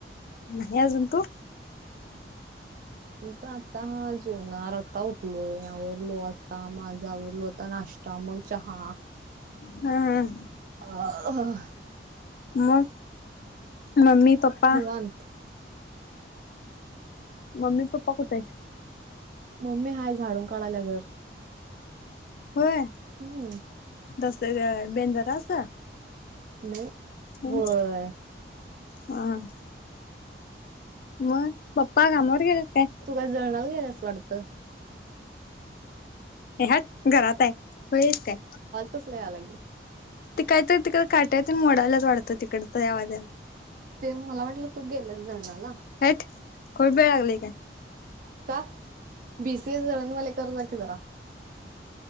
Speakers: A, on the left (about 55°); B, on the right (about 50°).
A: नाही आजून. तू?
B: मी पण आता जेवणार, आत्ता उठलो, आवरलं काम आज आवरलं, नाश्ता मग चहा
A: हम, हम,
B: अ <unintelligible>
A: मग, मम्मी- पप्पा
B: निवांत
A: मम्मी, पप्पा कुठायं?
B: मम्मी हाय झाडून काढायला घर.
A: होय,
B: हम्म
A: तस बेनजरां <unintelligible>
B: नाही.
A: हम,
B: होय
A: हा- मग पप्पा कामावर गेलेत काय?
B: तु काय <unintelligible> जणाला ग्यायलास वाटतं
A: ए हट घरात आहे. खुळी आहेस काय?
B: कसल्या या लागले.
A: ती कायतरी तिकड काट्या ते मोडायलाच वाटतं तिकड तर यावाज्याला.
B: ते मला वाटलं तू गेलास दळणाला.
A: हट <unintelligible> खडबेळ लागली काय
B: का? बी, सी, एस, दळन वाले करत जा की जरा.